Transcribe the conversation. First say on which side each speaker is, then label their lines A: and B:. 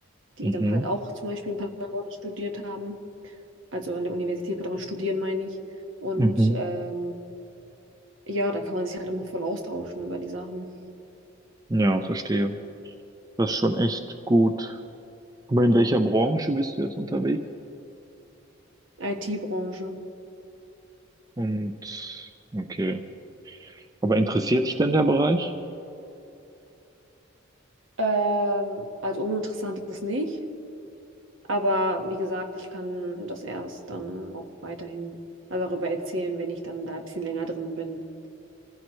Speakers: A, on the right (about 70°); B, on the right (about 20°).
A: die
B: mhm,
A: dann halt auch zum Beispiel in Paderborn studiert haben. also an der Universität Paderborn studieren, meine ich. Und
B: mhm,
A: ähm, ja, da kann man sich halt immer voll austauschen über die Sachen.
B: ja, verstehe. Das ist schon echt gut. Aber in welcher Branche bist du jetzt unterwegs?
A: IT-Branche.
B: Und okay, aber interessiert dich denn
A: Ja.
B: der Bereich?
A: Ähm, also uninteressant ist es nicht, aber wie gesagt, ich kann das erst dann auch weiterhin also darüber erzählen, wenn ich dann da ein bisschen länger drin bin,